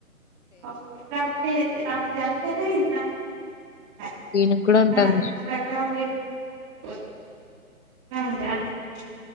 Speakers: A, on the right; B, on the left.
A: అవ్ రం రంజాన్ కేతే పోవచ్చు.
B: దీనికి గూడా
A: మొన్న
B: ఉంటది.
A: ఇన్స్టగ్రామ్లో ఏమో చూసినా ఒక పోస్ట్ రంజాన్ కు